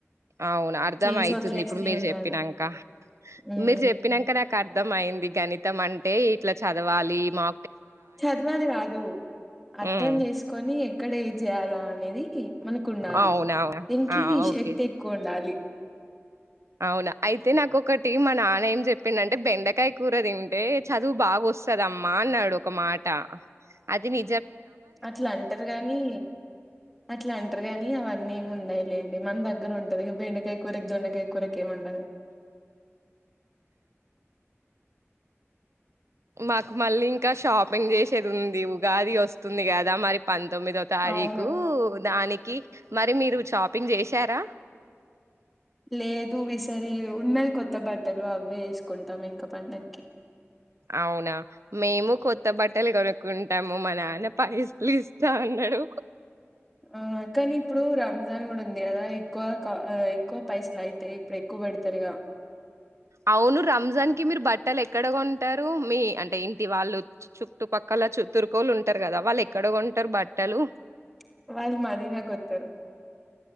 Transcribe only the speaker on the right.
అవును అర్ధం
అయితుంది
ఇప్పుడు మీరు
చెప్పినంక
మీరు చెప్పినంక నాకు అర్థం అయింది గణితం అంటే ఇట్లా చదవాలి మా
హ్మ్.
అవునవును.
ఆ! ఓకే.
అవునా అయితే నాకొకటి మా నాన్న ఏం చెప్పిండు అంటే బెండకాయ కూర తింటే చదువు బాగ వస్తదమ్మా అన్నాడు ఒక మాట అది ని
మాకు మళ్ళీ ఇంక షాపింగ్ చేసేది ఉంది ఉగాది వస్తుంది కదా మ పంతొమ్మిదో తారీకు
దానికి మరి మీరు షాపింగ్ చేశార
అవునా మేము కొత్త బట్టలు కొను కుంటాము మా నాన్న పైసలు ఇస్తా అన్నాడు
అవును రంజాన్ కి మీరు బట్టలు ఎక్కడ కొంటారు మీ అంటే ఇ ఇది వాళ్ళు చుట్టుపక్కల చు తరుకోళ్ళు ఉంటారు కదా వాళ్ళు ఎక్కడ కొంటారు బట్టలు